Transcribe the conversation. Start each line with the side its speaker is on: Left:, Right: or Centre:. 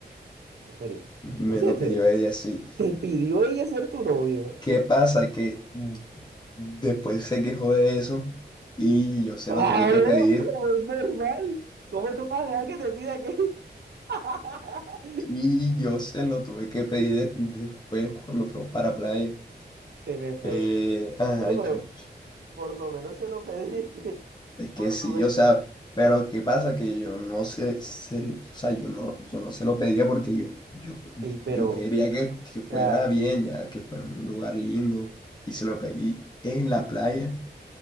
Right: ¿En serio?
Left: me
Right: ¿En serio?
Left: lo
Right: ¿En serio?
Left: pidió ella, sí.
Right: ¿Te pidió ella ser tu novia?
Left: ¿Qué
Right: Su-
Left: pasa? Que después se quejó de eso, y yo se
Right: Claro,
Left: lo tuve que pedir.
Right: como es normal. ¿Cómo tú vas a dejar que te pida que... <laughs>
Left: Y yo se lo tuve que pedir de- después cuando fuimos para playa.
Right: En efecto.
Left: Eh, ajá,
Right: Bueno,
Left: yo,
Right: pero por lo menos se lo pediste. <laughs>
Left: es que
Right: Por
Left: sí,
Right: lo menos.
Left: o sea, pero ¿qué pasa? Que yo no sé, se, o sea, yo no, yo no se lo pedía porque yo, yo,
Right: Ey, pero,
Left: yo quería
Right: o
Left: que, que fuera
Right: sea.
Left: bien, ya que fuera un lugar lindo. Y se lo pedí en la playa,